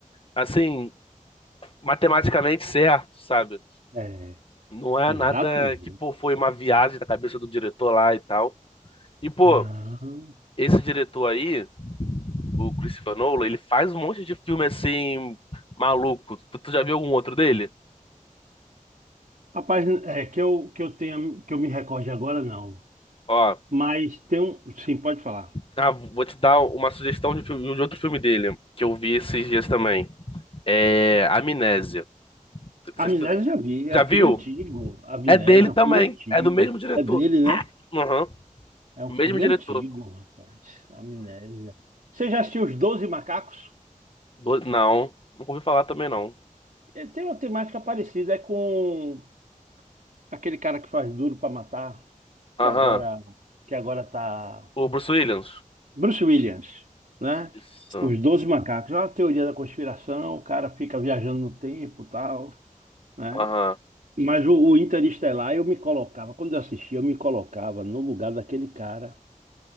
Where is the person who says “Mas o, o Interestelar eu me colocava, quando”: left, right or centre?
Right